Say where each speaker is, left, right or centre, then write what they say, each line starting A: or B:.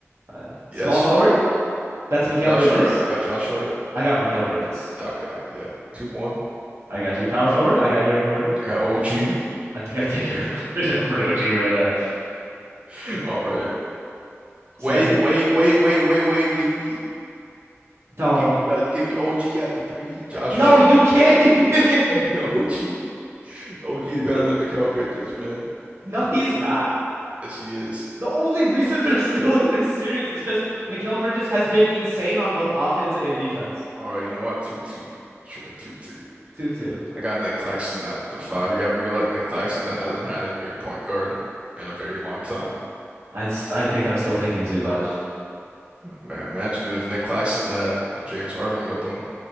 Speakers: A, on the right (about 60°); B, on the right (about 25°).
A: five.
B: Yes,
A: Small
B: sir.
A: forward, that's Mikal
B: Josh
A: Bridges.
B: Hart. I got Josh Hart.
A: I got Mikal Bridges.
B: I, got, I, yeah, 2-1.
A: I got you. Power forward, I got Aaron Gordon.
B: I got OG.
A: I think I take Aaron Gordon <laughs> over OG right now.
B: <laughs> All right.
A: Center,
B: Wait, wait, wait, wait, wait, wait. Give me,
A: don't.
B: give me, uh, give me OG at the three. Josh
A: No,
B: Hart at
A: you
B: the. four.
A: can't.
B: <laughs>
A: <laughs> You can't.
B: Give me OG. OG is better than Mikal Bridges, man.
A: No, he's not.
B: Yes, he is.
A: The only reason they're still in this series is because Mikal Bridges has been insane on both offense and defense.
B: All right, you know what? Two two. Sure, two two.
A: Two two.
B: I got Nick Claxton at the five. You got to realize Nick Claxton hasn't had a good point guard in a very long time.
A: I s- I think I'm still taking Zubac.
B: Man, imagine if Nick Claxton had uh, James Harden with him.